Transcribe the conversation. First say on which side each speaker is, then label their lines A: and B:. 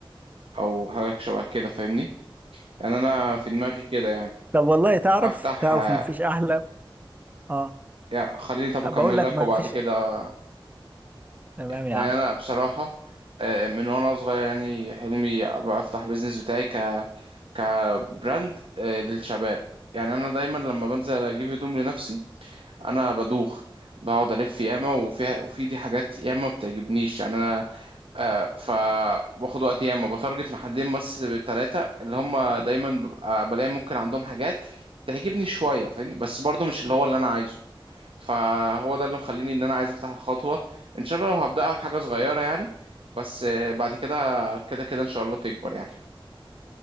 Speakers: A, on the right; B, on the right.
A: او حاجه شبه كده فاهمني يعني انا في دماغي كده يعني
B: طب والله تعرف
A: افتح
B: تعرف
A: آه،
B: مفيش احلى اه
A: يعني خليني طب اكمل
B: بقول لك
A: لك
B: مفيش
A: وبعد كده
B: تمام يا
A: يعني
B: عم
A: انا بصراحه آه، من وانا صغير يعني حلمي ابقى افتح بيزنس بتاعي ك كبراند آه، للشباب يعني انا دايما لما بنزل اجيب هدوم لنفسي انا بدوخ بقعد الف ياما وفيها وفي دي حاجات ياما ما بتعجبنيش يعني انا آه فباخد وقت ياما بتارجت محلين بس ثلاثة اللي هم دايما ببقى بلاقي ممكن عندهم حاجات تعجبني شوية فاهمني بس برضو مش اللي هو اللي أنا عايزه فهو ده اللي مخليني إن أنا عايز أفتح الخطوة إن شاء الله لو هبدأها بحاجة صغيرة يعني بس آه، بعد كده كده كده إن شاء الله تكبر يعني